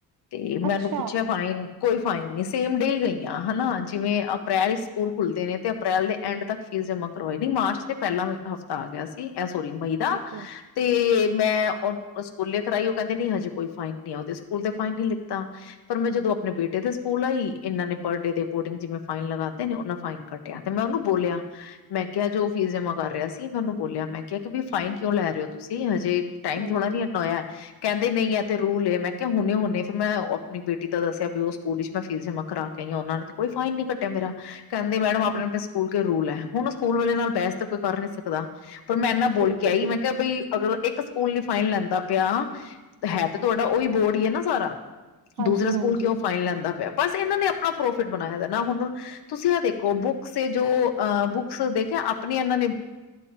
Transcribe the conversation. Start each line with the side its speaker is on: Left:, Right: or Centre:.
Left: ਤੇ
Right: ਅੱਛਾ
Left: ਮੈਨੂੰ ਪੁੱਛਿਆ, ਫਾਈਨ ਕੋਈ ਫਾਈਨ ਨੀ। ਸੇਮ ਡੇ ਗਈਆਂ ਹੈ ਨਾ। ਜਿਵੇਂ ਅਪ੍ਰੈਲ ਈਚ ਸਕੂਲ ਖੁੱਲਦੇ ਨੇ ਤੇ ਅਪ੍ਰੈਲ ਦੇ ਐਂਡ ਤੱਕ ਫੀਸ ਜਮ੍ਹਾਂ ਕਰਵਾਈ ਦੀ ਮਾਰਚ, ਤੇ ਪਹਿਲਾਂ ਹਫ਼ਤਾ ਆ ਗਿਆ ਸੀ। ਇਹ ਸੋਈ ਭਈ ਦਾ
Right: ਠੀਕ ਹੈ
Left: ਤੇ' ਮੈਂ ਓਹ ਸਕੂਲੇ ਕਰਾਈ ਓਹ ਕਹਿੰਦੇ ਨੀ ਹਜੇ ਕੋਈ ਫਾਈਨ ਨੀ ਏ। ਓਹਦੇ ਸਕੂਲ ਤੇ ਫਾਈਨ ਨੀ ਲਿੱਤਾ, ਪਰ ਮੈਂ ਜਦੋਂ ਅਪਨੇ ਬੇਟੇ ਦੇ ਸਕੂਲ ਆਈ, ਇਹਨਾਂ ਨੇ ਪਰ ਡੇ ਦੇ ਅਕੋਰਡਿੰਗ ਜਿਵੇਂ ਫਾਈਨ ਲਗਾਦੇਂ ਨੇ ਓਹਨਾਂ ਫਾਈਨ ਕੱਡਿਆ, ਤੇ ਮੈਂ ਓਹਨੂੰ ਬੋਲਿਆ, ਮੈਂ ਕਿਹਾ ਜੋ ਫੀਸ ਜਮਾ ਕਰ ਰਿਹਾ ਸੀ। ਮੈਂ ਉਹਨੂੰ ਬੋਲਿਆ ਮੈਂ ਕਿਹਾ, ਭਿ ਫਾਈਨ ਕਿਉਂ ਲੈ ਰਹੇ ਹੋ ਤੁਸੀਂ ਹਜੇ ਟਾਈਮ
Right: ਹਾਂਜੀ
Left: ਥੋੜਾ ਨੀ ਅੱਧਾ ਹੋਇਆ ਕਹਿੰਦੇ ਨਹੀਂ ਐ ਤੇ ਰੂਲ ਏ ਮੈਂ ਕਿਆ ਹੁਣੇੇ ਹੁਣੇ ਫਿਰ ਮੈਂ ਆਪਣੀ ਬੇਟੀ ਦਾ ਦੱਸਿਆ, ਵੀ ਓਹ ਸਕੂਲ ਵਿੱਚ ਮੈਂ ਫੀਸ ਜਮਾਂ ਕਰਾ ਕੇ ਆਈ ਆ ਓਹਨਾਂ ਨੇ ਤਾਂ ਕੋਈ ਫਾਈਨ ਨੀ ਕੱਟਿਆ ਮੇਰਾ ਕਹਿੰਦੇ? ਮੈਡਮ ਆਪਣੇ
Right: ਹੂੰ
Left: ਆਪਣੇ ਸਕੂਲ ਕੇ ਰੂਲ ਹੈਂ। ਹੁਣ ਸਕੂਲ ਵਾਲਿਆਂ ਨਾਲ ਬਹਿਸ ਤੇ ਕੋਈ ਕਰ ਨੀ ਸਕਦਾ। ਪਰ ਮੈਂ ਇੰਨਾ ਬੋਲ
Right: ਬਿਲਕੁਲ
Left: ਕੇ ਆਈ,
Right: ਬਿਲਕੁਲ
Left: ਮੈਂ ਕਿਹਾ ਭਈ ਅਗਰ ਇੱਕ ਸਕੂ ਸਕੂਲ ਨੀ ਫਾਈਨ ਲੈਂਦਾ ਪਿਆ, ਤ ਹੈਂ ਤੇ ਤੁਹਾਡਾ ਓਹੀ ਬੋਰਡ ਈਏ ਨਾ ਸਾਰਾ
Right: ਹਾਂਜੀ
Left: ਦੂਸਰਾ ਸਕੂਲ
Right: ਹਾਂਜੀ
Left: ਕਿਓੰ ਫਾਈਨ ਲੈਂਦਾ ਪਿਆ ਤੇ ਇੱਨਾਂ ਨੇ ਅਪਣਾ ਪ੍ਰੋਫਿਟ ਬਣਾਇਦਾਏ, ਨਾ ਹੁਣ ਤੁਸੀਂ ਇਹ ਵੇਖੋ ਬੁਕਸ ਏ ਜੋ ਅ ਬੁਕਸ ਦੇਖਿਆ, ਅਪਣੀ ਇਹਨਾਂ ਨੇ